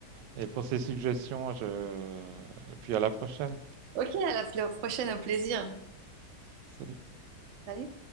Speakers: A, on the right; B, on the right.
A: et pour ces suggestions. Je... Et puis à la prochaine.
B: Ok, à la prochaine, au plaisir.
A: Salut.
B: Salut.